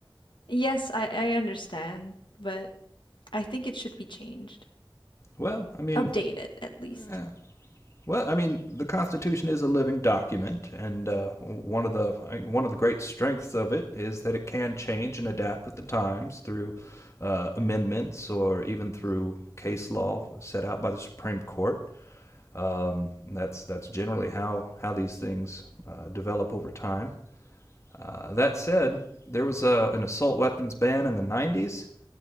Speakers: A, on the left; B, on the left.
A: yes i i understand but i think it should be changed
B: Well, I mean,
A: updated at least
B: eh, well, I mean, the Constitution is a living document, and uh, one of the one of the great strengths of it is that it can change and adapt with the times through uh, amendments or even through case law set out by the Supreme Court. Um, that's that's generally how how these things uh, develop over time. Uh, that said, there was a, an assault weapons ban in the 90s,